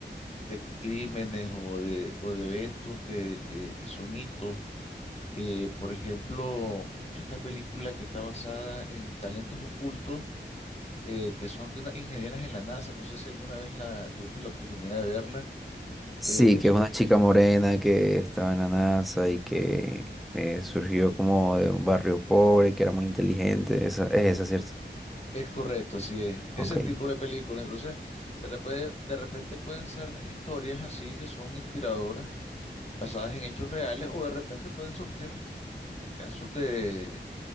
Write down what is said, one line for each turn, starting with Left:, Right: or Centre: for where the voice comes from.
Left: de crímenes o de, o de eventos que, que, que son hitos Eh, por ejemplo, esta película que está basada en talentos ocultos, eh, que son de unas ingenieras en la NASA, no sé si alguna vez la tuviste la oportunidad de verla.
Centre: Sí,
Left: eh,
Centre: que
Left: son,
Centre: es una chica morena que estaba en la NASA y que eh, surgió como de un barrio pobre, que era muy inteligente. Esa, es esa, ¿cierto?
Left: es correcto, así es.
Centre: Ok.
Left: Ese tipo de películas Entonces, de repente, de repente pueden ser historias así que son inspiradoras, basadas en hechos reales, o de repente pueden surgir eh, casos de